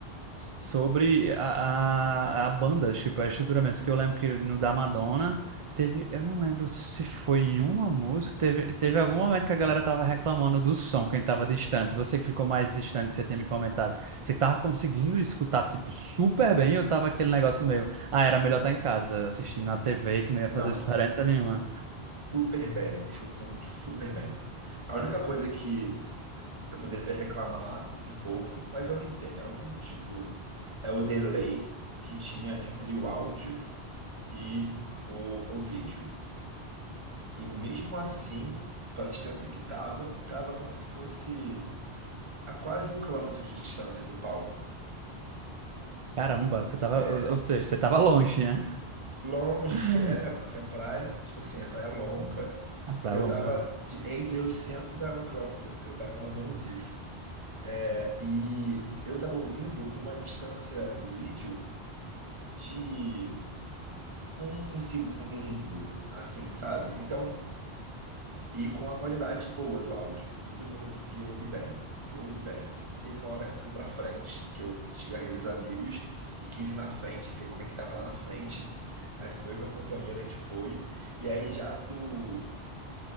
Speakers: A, on the right (about 50°); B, on the right (about 30°).
A: s- sobre a, a, a banda, tipo, a estrutura mesmo. Que eu lembro que no da Madonna teve, eu não lembro se foi em uma música, teve, teve algum momento que a galera tava reclamando do som, quem tava distante. Você que ficou mais distante, que você tinha me comentado. Você que tava conseguindo escutar, tipo, super bem, eu tava aquele negócio meio, ah, era melhor estar em casa, assistindo na TV, que não ia
B: Não,
A: fazer diferença nenhuma.
B: super bem, escutando super bem. A única coisa que eu poderia reclamar um pouco, mas eu entendo, tipo, é o delay que tinha entre o áudio e o, o vídeo. E mesmo assim, pela distância que tava, tava como se fosse a quase um quilômetro de distância do palco.
A: Caramba, você tava,
B: É,
A: ou ou seja,
B: o-
A: você tava longe, né?
B: longe,
A: <laughs>
B: porque é, porque a praia, tipo assim, a praia é longa.
A: A praia
B: Eu
A: é longa.
B: tava de, entre 800 a um quilômetro, eu tava mais ou menos isso. É, e eu tava ouvindo com uma distância do vídeo de um segundo, assim, sabe? Então, e com a qualidade boa do áudio, todo mundo conseguia ouvir bem. Eu ouvi bem, assim. Teve uma hora que eu fui pra frente, que eu desgarrei dos amigos e que vi na frente, ver como é que tava lá na frente. Aí foi o meu companheiro, a gente foi. E aí já do